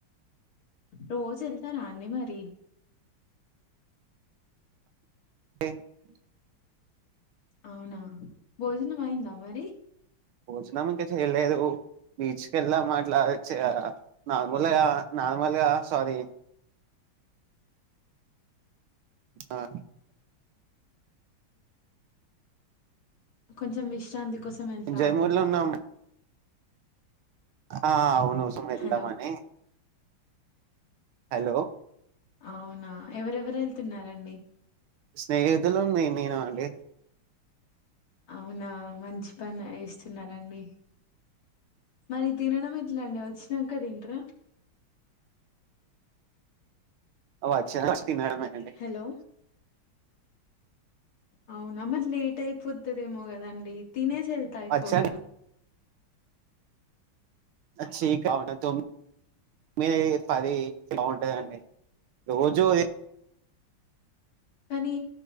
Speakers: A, on the left; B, on the right.
A: రోజు వెళ్తారా అండి మరి
B: <unintelligible>
A: అవునా భోజనం అయిందా మరి
B: భోజనం ఇంకా చేయలేదు బీచ్కి వెళ్ళాం అట్లా చ నార్మల్గా నార్మల్గా సారీ. ఆ
A: కొంచెం విశ్రాంతి కోసం వెళ్తా
B: జైమూర్లో
A: అంటున్నారా
B: ఉన్నాం ఆ అవును <unintelligible> వెళ్దామానే
A: హలో
B: హలో
A: అవునా ఎవరెవరు వెళ్తున్నారండి
B: స్నేహితులు మేమేనునండి
A: అవునా మంచి పని వేస్తున్నరండి మరి తినడం ఎక్ ఎట్లండి వచ్చినంక తింటరా
B: ఒచ్చిన తినడమే అండి
A: హలో అవున మరి లేట్ అయిపోతదేమో కదండి తినేసి ఎళ్తే ఐపోవ్
B: వచ్చా
A: గద
B: ఆ చీ <unintelligible> తొమ్మిది పది బాగుంటదండి రోజు ఈ
A: కానీ